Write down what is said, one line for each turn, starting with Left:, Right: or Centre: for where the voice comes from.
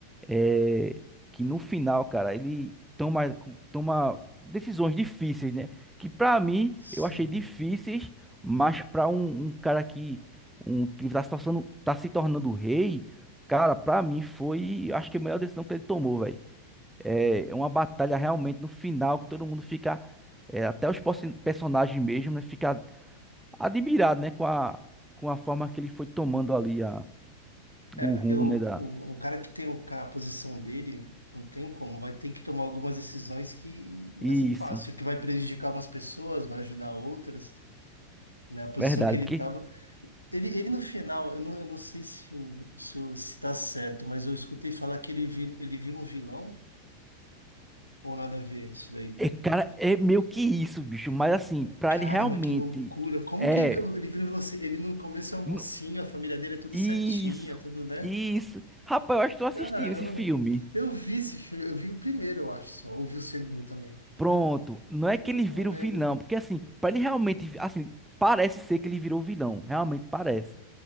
Centre: é, que no final, cara, ele toma, toma decisões difíceis, né? Que pra mim
Left: Sim.
Centre: eu achei difíceis, mas pra um, um cara que, um, que tá se tornando, tá se tornando rei, cara, pra mim foi, acho que a melhor decisão que ele tomou, velho. É é uma batalha realmente no final que todo mundo fica, é, até os perso- personagens mesmo, né? Fica admirado, né, com a, com a forma que ele foi tomando ali a,
Left: É,
Centre: o
Left: porque
Centre: rumo,
Left: o,
Centre: né, da...
Left: o, o cara que tem o ca- a posição dele, não tem como, vai ter que tomar algumas decisões que não
Centre: Isso,
Left: vai ser fácil, que vai prejudicar umas pessoas, vai ajudar outras, né? A posição
Centre: verdade,
Left: que ele
Centre: porque
Left: estava Ele, ele no final, eu não, eu não sei se, o, se, o- se tá certo, mas eu escutei falar que ele vira, ele vira um vilão ou nada a ver isso daí.
Centre: é, cara, é meio que isso, bicho, mas assim, pra
Left: Caramba,
Centre: ele realmente
Left: que loucura! Como
Centre: é
Left: que que ele vira um vilão? se Ele no começo é um mocinho,
Centre: n-
Left: a família dele é tudo
Centre: isso,
Left: certinha, tudo, né?
Centre: isso. Rapaz, eu acho que eu assisti
Left: Caramba,
Centre: esse filme.
Left: eu vi esse filme, eu vi o primeiro, eu acho só, ou vi o segundo também.
Centre: Pronto, não é que
Left: Agora
Centre: ele
Left: Eu
Centre: vira
Left: não lembro.
Centre: o vilão, porque assim, pra ele realmente, assim, parece ser que ele virou o vilão, realmente parece.